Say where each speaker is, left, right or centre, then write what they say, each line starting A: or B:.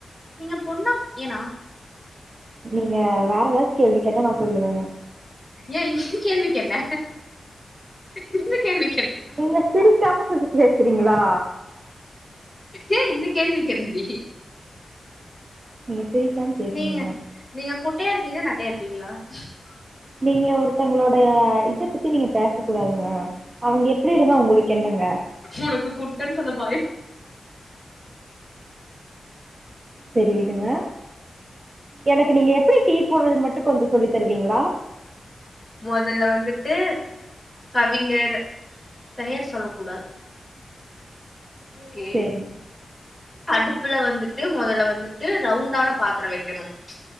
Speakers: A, in the centre; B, on the right.
A: நீங்க பொண்ணா பையனா
B: நீங்க வேற ஏதாச்சு கேள்வி கேட்ட நா சொல்லுவ ஆமா
A: ஏய் இந் கேள்விக்கு என்ன இந்த கேள்வி
B: நீங்க சிரிக்காம கொஞ்ச பேச்சுறீங்களா
A: ஏ இந்த கேள்வி கேள்ளுங்கடி
B: நீங்க சிரிக்காம பேசுங்கங்க
A: நீங்க நீங்க குட்டையா இருப்பீங்க நெட்டையா இருப்பீங்க அப்பிங்களா <inaudible>
B: நீங்க ஒருத்தங்களோடய இத பத்தி நீங்க பேச கூடாதுங்க அவங்க எப்பிடிருந்தா உங்குளுக்கு என்னங்க
A: உனக்கு குட்டன்னு சொல்ல பயோ
B: சரிவிடுங்க எனக்கு நீங்க எப்பிடி <unintelligible> <unintelligible> போடுறதுன்ன மட்டு கொஞ்சு சொல்லி தருவீங்களா
A: மொதல்ல வந்துட்டு கவிஞர் பெயர் சொல்ல கூடாது ஓகே
B: செரி
A: அடுப்புல வந்துட்டு மொதல்ல வந்துட்டு ரவுண்டான பாத்தரோ வெக்கணு ம்ச்.